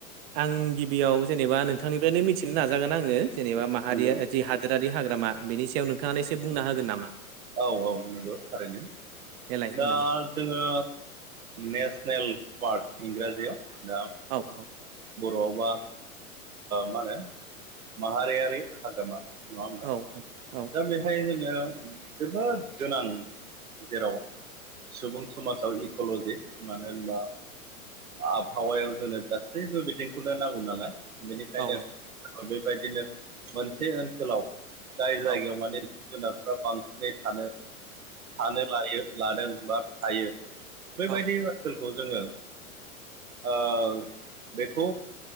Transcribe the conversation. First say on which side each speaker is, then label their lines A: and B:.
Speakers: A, on the right; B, on the right.
A: आं गिबियाव जेनेबा नोंथांनिफ्रायनो मिथिनो नाजागोन आंङो जेनेबा माहारिया
B: नंगौ
A: जि हादोरारि हाग्रामा बेनि सायाव नोंथांङा एसे बुंना होगोन नामा?
B: औ औ नंगौ थारैनो
A: देलाय बुंलाय
B: दा। जोङो नेसनेल पार्क इंराजियाव दा।
A: औ औ।
B: बर'आवबा मा होनो माहारियारि हाग्रामा नंङा होमा
A: औ औ
B: दा बे नाथाय जोंङो जोबोद गोनां जेराव सुबुं समाजाव इक'ल'जि मानो होनबा आबहावायाव जोंनो गासैबो बिथिंखौनो नांगौ नालाय बेनिखायनो
A: औ
B: बेबायदिनो मोनसे ओनसोलाव जाय जायगायाव
A: औ
B: माने जिब जुनारफ्रा बांसिनै थानो थानो लायो। लादों बा थायो बैबायदि
A: औ
B: ओनसोलखौ जोङो ओ बेखौ